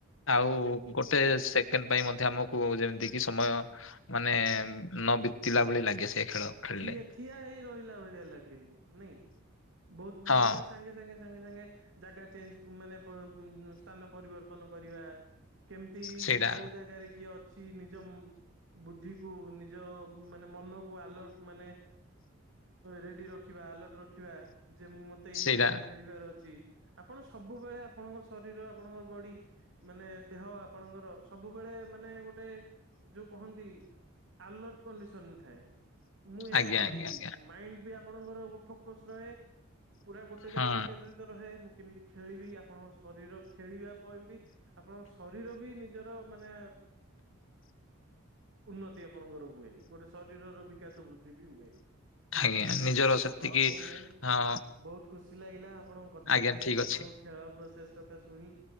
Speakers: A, on the left; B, on the right.
A: ଆଉ ଗୋଟେ ସେକେଣ୍ଡ ପାଇଁ ମଧ୍ୟ ଆମକୁ ଯେମିତି କି ସମୟ ମାନେ ନ ବିତିଲା ଭଳି ଲାଗେ ସେ ଖେଳ। ଖେଳିଲେ
B: ଠିଆ ଠିଆ ହେଇ ରହିଲା ଭଳିଆ ଲାଗିନି ନାଇଁ ବହୁତ
A: ହଁ
B: ମାନେ ସାଙ୍ଗେ ସାଙ୍ଗେ। ସାଙ୍ଗେ ସାଙ୍ଗେ ଜାଗା ଚେଞ୍ଜ ମାନେ ସ୍ଥାନ ପରିବର୍ତ୍ତନ କରିବା। କେମିତି
A: ସେଇଟା
B: କୋଉ ଜାଗାରେ କିଏ ଅ। ସ ନିଜ ବୁଦ୍ଧିକୁ ନିଜ ମାନେ ମନକୁ ଆଲର୍ଟ ମାନେ ରେଡି ରଖିବା ଆଲର୍ଟ ରଖିବା ଯେ ମ ତ ଏଇ
A: ସେଇଟା
B: ଜାଗାରେ ଖେଳିବାର ଅଛି ଆପଣ ସବୁବେଳେ ଆପଣଙ୍କ ଶରୀର ଆପଣଙ୍କ ବଡି ମାନେ ଦେହ ଆପଣଙ୍କର ସବୁବେଳେ ମାନେ ଗୋଟେ ଯୋଉ କହନ୍ତି। ଆଲର୍ଟ କଣ୍ଡିସନ ଥାଏ। ମୁଁ ଏହା
A: ଆଜ୍ଞା
B: କରିବି
A: ଆଜ୍ଞା ଆଜ୍ଞା
B: ମାଇଣ୍ଡ ବି ଆପଣଙ୍କର ଫୋକସ ରହେ ପୁରା ଗୋଟେ ଗୋଟେ
A: ହଁ
B: ଜାଗାରେ କେନ୍ଦ୍ରିତ ରହେ ମୁଁ କେମିତି ଖେଳିବି ଆପଣଙ୍କ ଶରୀର ଖେଳିବା ପାଇଁ ବି ଆପଣ ଶରୀର ବି ନି ମାନେ ଉନତି ଆପଣଙ୍କର ହୁଏ ଗୋଟେ ଶରୀରର। କ ସମ ସମୃଦ୍ଧି ବି ହଏ।
A: ଆଜ୍ଞା ନିଜର ସେତିକି
B: ହଁ ହଉ ଭାଇ
A: ହଁ
B: ବହୁତ ଖୁସି ଲାଗିଲା ଆପଣଙ୍କ କଥା
A: ଆଜ୍ଞା
B: ଶୁଣିକି
A: ଠିକ
B: ଆପଣ
A: ଅଛି
B: ଖେଳ ପ୍ରସେସ କଥା ଶୁଣି